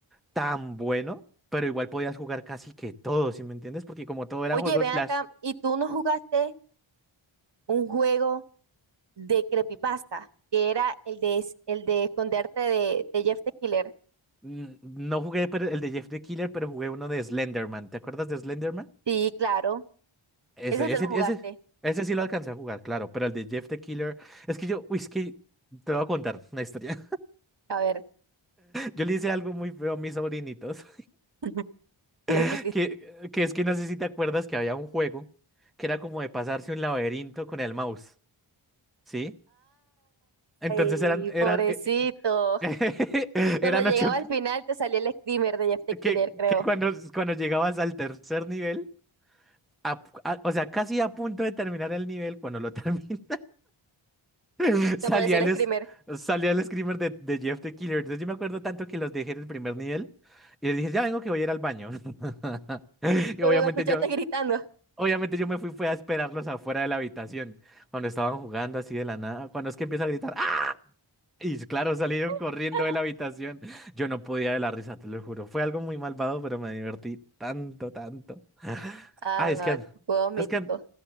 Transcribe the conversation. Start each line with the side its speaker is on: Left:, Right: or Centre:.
Centre: tan bueno, pero igual podías jugar casi que todo, ¿sí me entiendes? Porque como todo eran
Right: Oye,
Centre: juegos
Right: ven
Centre: Flash,
Right: acá, ¿y tú no jugaste un juego de creepypasta? Que era el de, es- el de esconderte de, de Jeff the Killer.
Centre: mm, no jugué pero el de Jeff the Killer, pero jugué uno de Slenderman. ¿Te acuerdas de Slenderman?
Right: Sí, claro.
Centre: Ese,
Right: Ese te
Centre: ese,
Right: lo jugaste.
Centre: ese, ese sí lo alcancé a jugar, claro, pero el de Jeff the Killer, es que yo, uy, es que te voy a contar una historia. <laughs>
Right: A ver,
Centre: Yo le hice algo muy feo a mis sobrinitos,
Right: <laughs> ¿qué le
Centre: <laughs>
Right: pusiste?
Centre: que, que es que no sé si te acuerdas que había un juego que era como de pasarse un laberinto con el mouse, ¿sí? Entonces
Right: Ay,
Centre: eran, eran,
Right: pobrecito.
Centre: eh, <laughs>
Right: Cuando
Centre: eran
Right: llegaba
Centre: ocho,
Right: al final te salía el screamer de Jeff the
Centre: que,
Right: Killer, creo.
Centre: que cuando, cuando llegabas al tercer nivel, a- a- o sea, casi a punto de terminar el nivel, cuando lo terminas, <laughs> salía
Right: Te apareció el
Centre: el,
Right: screamer
Centre: es- salía el screamer de, de Jeff the Killer. Entonces yo me acuerdo tanto que los dejé en el primer nivel y les dije, ya vengo que voy a ir al baño. <laughs>
Right: <laughs>
Centre: Y
Right: cuando
Centre: obviamente
Right: lo escuchaste
Centre: yo,
Right: gritando.
Centre: obviamente yo me fui, fue a esperarlos afuera de la habitación, cuando estaban jugando así de la nada, cuando es que empieza a gritar, ¡ah! Y claro, salieron
Right: <laughs>
Centre: corriendo de la habitación. Yo no podía de la risa, te lo juro. Fue algo muy malvado, pero me divertí tanto, tanto.
Right: Ah,
Centre: Ah,
Right: no,
Centre: es que, an-
Right: juegos míticos.
Centre: es que, an-